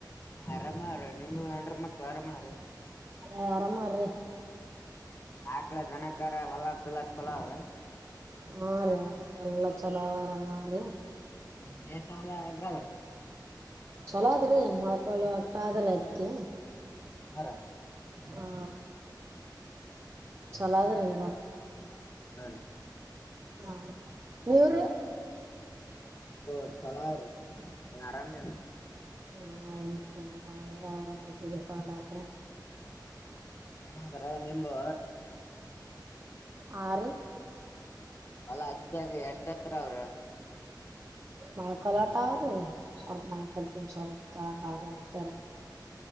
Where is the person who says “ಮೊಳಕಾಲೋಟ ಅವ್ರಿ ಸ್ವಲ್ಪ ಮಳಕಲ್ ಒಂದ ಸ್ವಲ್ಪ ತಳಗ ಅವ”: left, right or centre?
Right